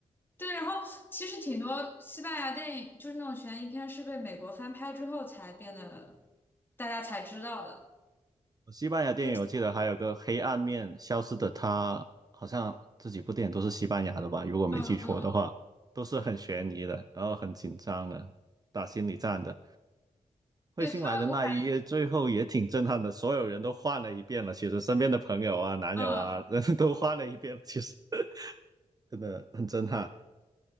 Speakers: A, on the left; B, on the right.
A: 对，然后其实挺多西班牙电影，就是那种悬疑片，是被美国翻拍之后才变得大家才知道的。
B: 西班牙电影我记得还有个《黑暗面》，
A: 就是，
B: 消失的她，好像这几部电影都是西班牙的吧？如果没记错的话，
A: 嗯嗯嗯，
B: 都是很悬疑的，然后很紧张的，打心理战的。彗星来的那一夜，
A: 对他们，我感，
B: 最后也挺震撼的，所有人都换了一遍了。其实身边的朋友啊、男友啊，
A: 嗯，
B: <laughs> 都换了一遍了其实 <laughs> 真的很震撼。